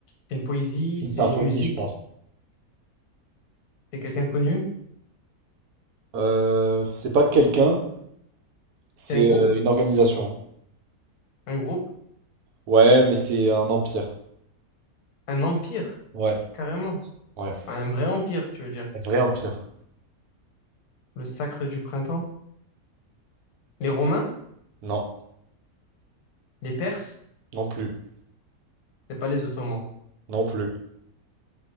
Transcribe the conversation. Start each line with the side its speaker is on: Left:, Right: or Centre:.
Left: c'est une poésie,
Right: c'est
Left: c'est
Right: une symphonie,
Left: une musique,
Right: je pense.
Left: c'est quelqu'un de connu,
Right: Euh, c'est pas quelqu'un, c'est
Left: c'est un groupe,
Right: euh, une organisation.
Left: un groupe,
Right: Ouais, mais c'est un empire.
Left: un empire,
Right: Ouais,
Left: carrément.
Right: ouais.
Left: Un vrai empire, tu veux dire.
Right: Un vrai empire.
Left: Le sacre du printemps. Les Romains?
Right: Non,
Left: Les Perses?
Right: non plus,
Left: C'est pas les Ottomans.
Right: non plus.